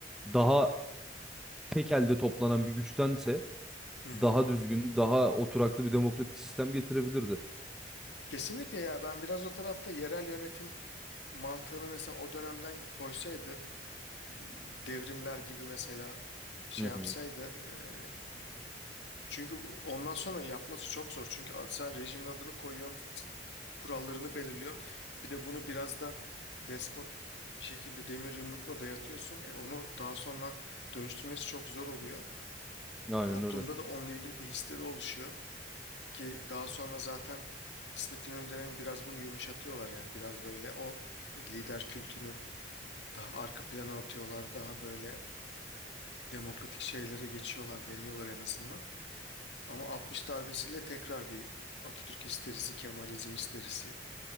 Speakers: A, in the centre; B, on the left (about 80°).
A: Daha tek elde toplanan bir güçtense
B: Hı hı.
A: daha düzgün, daha oturaklı bir demokratik sistem getirebilirdi.
B: Kesinlikle ya ben biraz o tarafta yerel yönetim mantığını mesela o dönemden koysaydı e, devrimler gibi mesela şey
A: Hı hı.
B: yapsaydı e, çünkü ondan sonra yapması çok zor. Çünkü a- sen rejimin adını koyuyorsun, kurallarını belirliyorsun. Bir de bunu biraz da despot bir şekilde demir yumrukla dayatıyorsun. E, onu daha sonra dönüştürmesi çok zor oluyor.
A: Aynen
B: Toplumda
A: öyle.
B: da onunla ilgili bir histeri oluşuyor ki daha sonra zaten İsmet İnönü dönemi biraz bunu yumuşatıyorlar yani biraz böyle o lider kültünü daha arka plana atıyorlar daha böyle demokratik şeylere geçiyorlar, deniyorlar en azından. Ama 60 darbesiyle tekrar bir Atatürk histerisi, Kemalizm histerisi